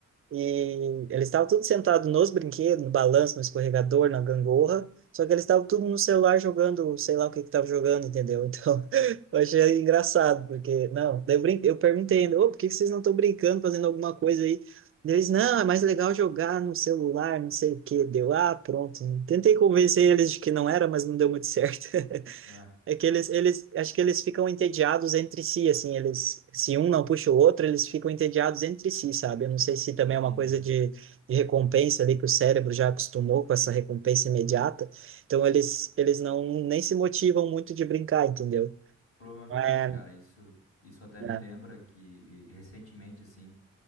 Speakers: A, on the right; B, on the left.
A: e eles estavam tudo sentado nos brinquedos, no balanço, no escorregador, na gangorra. Só que eles estavam tudo no celular jogando, sei lá o que que estavam jogando, entendeu? Então, <laughs> eu achei engraçado, porque, não, daí eu, brin... eu perguntei ainda, ô, por que que vocês não estão brincando, fazendo alguma coisa aí? Eles, não, é mais legal jogar no celular, não sei o quê. Deu, ah, pronto. Tentei convencer eles de que não era, mas não deu muito certo. <laughs>
B: Ah,
A: É que eles, eles, acho que eles ficam entediados entre si, assim, eles, se um não puxa o outro, eles ficam entediados entre si, sabe? Eu não sei se também
B: entendi.
A: é uma coisa de, de recompensa ali, que o cérebro já acostumou com essa recompensa imediata, então eles, eles não, nem se motivam muito de brincar, entendeu?
B: Provavelmente,
A: É,
B: cara, isso, isso até
A: é.
B: me lembra que recentemente, assim,